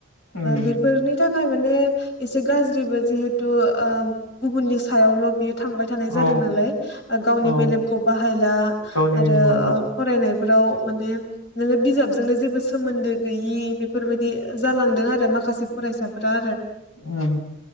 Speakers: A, on the left (about 90°); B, on the left (about 55°).
A: उम
B: बेफोरनि थाखाय माने एसे गाज्रिबो जिहेथु गुबुननि सायावल' बियो थांबाय थानाय जादों
A: औ
B: नालाय गावनि
A: औ
B: मेलेमखौ बाहायला
A: गावनि
B: आरो
A: मुंखौ
B: फरायनाय फोराव माने नोङो बिजाबजोंनो जेबो सोमोन्दो गैयि बेफोरबायदि जालांदों आरो माखासे फरायसाफोरा।
A: उम